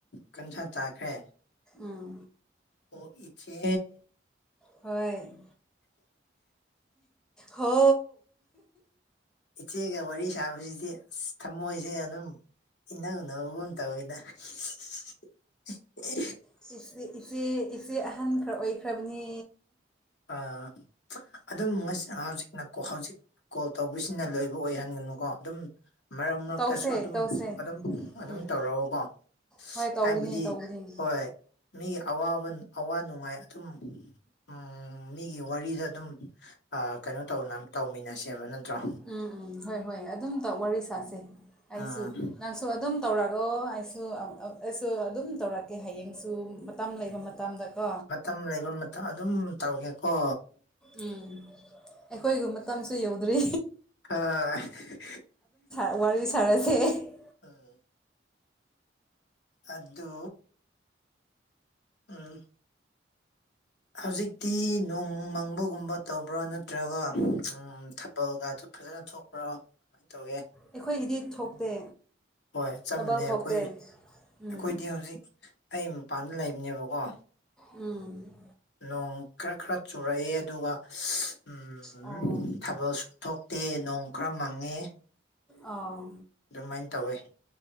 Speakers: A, on the left; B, in the centre.
A: ꯀꯨꯟꯊ꯭ꯔꯥ ꯇꯥꯈ꯭ꯔꯦ
B: ꯎꯝ
A: ꯑꯣ ꯏꯆꯦ
B: ꯍꯣꯏ ꯍꯣ
A: ꯏꯆꯦꯒ ꯋꯥꯔꯤ ꯁꯥꯕꯁꯤꯗꯤ ꯑꯁ ꯊꯝꯃꯣꯏꯁꯦ ꯑꯗꯨꯝ ꯏꯅꯧꯅꯒ ꯇꯧꯋꯤꯗ <unintelligible>
B: ꯆꯤꯆꯦ ꯏꯆꯦ ꯏꯆꯦ ꯑꯍꯟ ꯈꯔ ꯑꯣꯏꯈ꯭ꯔꯕꯅꯤ
A: ꯑꯥ ꯑꯗꯨꯝ ꯍꯧꯖꯤꯛ ꯍꯧꯖꯤꯛ ꯀꯣꯜ ꯇꯧꯕꯁꯤꯅ ꯂꯣꯏꯕ ꯑꯣꯏꯍꯟꯒꯅꯨꯀꯣ ꯑꯗꯨꯝ ꯃꯔꯛ ꯃꯔꯛꯇꯁꯨ
B: ꯇꯧꯁꯦ
A: ꯑꯗꯨꯝ
B: ꯇꯧꯁꯦ
A: ꯑꯗꯨꯝ ꯑꯗꯨꯝ
B: ꯎꯝ
A: ꯇꯧꯔꯛꯑꯣꯀꯣ
B: ꯍꯣꯏ ꯇꯧꯒꯅꯤ
A: ꯍꯥꯏꯕꯗꯤ
B: ꯇꯧꯒꯅꯤ
A: ꯍꯣꯏ ꯃꯤꯒꯤ ꯑꯋꯥꯕ ꯑꯋꯥ ꯅꯨꯡꯉꯥꯏ ꯑꯗꯨꯝ ꯎꯝ ꯃꯤꯒꯤ ꯋꯥꯔꯤꯗ ꯑꯗꯨꯝ ꯀꯩꯅꯣ ꯇꯧꯅ ꯇꯧꯃꯤꯟꯅꯁꯦꯕ ꯅꯠꯇ꯭ꯔꯣ
B: ꯎꯝ ꯎꯝ ꯍꯣꯏ ꯍꯣꯏ ꯑꯗꯨꯝ ꯇꯧ ꯋꯥꯔꯤ ꯁꯥꯥꯁꯦ ꯑꯩꯁꯨ
A: ꯑꯥ
B: ꯅꯪꯁꯨ ꯑꯗꯨꯝ ꯇꯧꯔꯛꯑꯣ ꯑꯩꯁꯨ ꯑꯩꯁꯨ ꯑꯗꯨꯝ ꯇꯧꯔꯛꯀꯦ ꯍꯌꯦꯡꯁꯨ ꯃꯇꯝ ꯂꯩꯕ ꯃꯇꯝꯗ ꯀꯣ
A: ꯃꯥꯇꯝ ꯂꯩꯕ ꯑꯗꯨꯝ ꯇꯧꯒꯦꯀꯣ
B: ꯎꯝ ꯑꯩꯈꯣꯏꯒꯤ ꯃꯇꯝꯁꯨ ꯌꯧꯗ꯭ꯔꯤ
A: ꯑꯥ <unintelligible>
B: <unintelligible> ꯋꯥꯔꯤ ꯁꯥꯔꯁꯦ
A: ꯎꯝ ꯑꯗꯨ ꯎꯝ ꯍꯧꯖꯤꯛꯇꯤ ꯅꯣꯡ ꯃꯪꯕꯒꯨꯝꯕ ꯇꯧꯕ꯭ꯔꯥ ꯅꯠꯇ꯭ꯔꯒ <unintelligible> ꯎꯝ ꯊꯥꯅꯜꯒꯗꯨ ꯐꯖꯅ ꯊꯣꯛꯄ꯭ꯔꯣ ꯀꯃꯥꯏ ꯇꯧꯒꯦ
B: ꯑꯩꯈꯣꯏꯒꯤꯗꯤ ꯊꯣꯛꯇꯦ
A: ꯍꯣꯏ ꯆꯞ
B: ꯊꯕꯜ
A: ꯃꯥꯟꯅꯩ
B: ꯊꯣꯛꯇꯦ
A: ꯑꯩꯈꯣꯏ
B: ꯎꯝ
A: ꯑꯩꯈꯣꯏꯗꯤ ꯍꯧꯖꯤꯛ ꯑꯩ ꯃꯄꯥꯟꯗ ꯂꯩꯕꯅꯦꯕꯀꯣ
B: ꯎꯝ
A: ꯅꯣꯡ ꯈꯔ ꯈꯔ ꯆꯨꯔꯛꯑꯦ ꯑꯗꯨꯒ <unintelligible> ꯎꯝ
B: ꯑꯣ
A: ꯊꯥꯕꯜꯁꯨ ꯊꯣꯛꯇꯦ ꯅꯣꯡ ꯈꯔ ꯃꯪꯉꯦ
B: ꯑꯥꯎ
A: ꯗꯨꯃꯥꯏꯅ ꯇꯧꯋꯦ